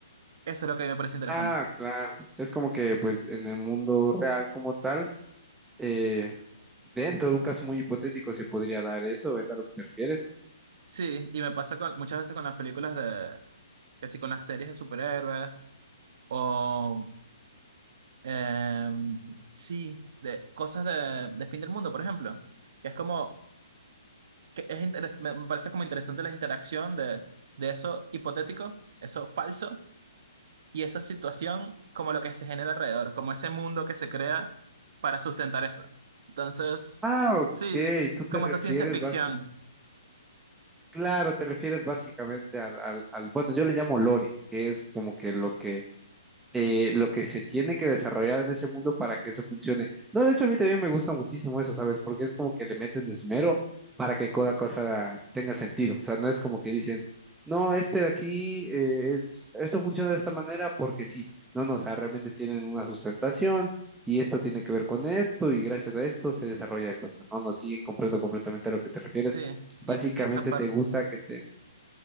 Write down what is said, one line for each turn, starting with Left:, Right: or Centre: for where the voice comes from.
Right: eso es lo que a mí me parece interesante.
Centre: Ah, claro. Es como que, pues, en el mundo real como tal, eh, dentro de un caso muy hipotético se podría dar eso, ¿es a lo que te refieres?
Right: Sí, y me pasa con- muchas veces con las películas de, que sí, con las series de superhéroes, o, em, sí, de cosas de, de fin del mundo, por ejemplo, que es como... que Es interes- me me parece como interesante la interacción de, de eso hipotético, eso falso, y esa situación como lo que se genera alrededor, como ese mundo que se crea para sustentar eso. Entonces,
Centre: Ah, ok.
Right: sí,
Centre: Tú
Right: es
Centre: te
Right: como
Centre: refieres,
Right: esa ciencia ficción,
Centre: básicamente. Claro, te refieres básicamente al, al, al- bueno, yo le llamo lore, que es como que lo que eh, lo que se tiene que desarrollar en ese mundo para que eso funcione. No, de hecho a mí también me gusta muchísimo eso, ¿sabes? Porque es como que le meten esmero para que cada cosa tenga sentido. O sea, no es como que dicen, no, este de aquí eh, es, esto funciona de esta manera porque sí. No, no, o sea, realmente tienen una sustentación y esto tiene que ver con esto y gracias a esto se desarrolla esto. O sea, no, no, sí, comprendo completamente a lo que te refieres.
Right: sí,
Centre: Básicamente
Right: y esa parte,
Centre: te gusta que te...